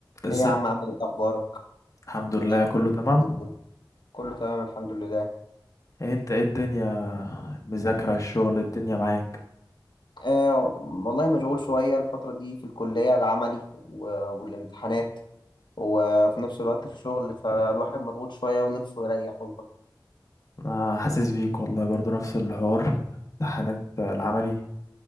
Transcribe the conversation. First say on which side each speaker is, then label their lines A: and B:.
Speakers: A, on the left; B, on the left.
A: ازيك
B: ايه يا عم عامل ايه اخبارك
A: الحمد
B: الدنيا
A: لله كله
B: عامله
A: تمام
B: إيه اليومين دول كله تمام الحمد لله
A: انت ايه الدنيا المذاكرة الشغل الدنيا معاك
B: آه والله مشغول شويه الفتره دي في الكليه العملي و- والامتحانات وفي نفس الوقت في الشغل فالواحد مضغوط شويه ونفسه يريح والله
A: انا حاسس بيك والله برضو نفس الحوار امتحانات العملي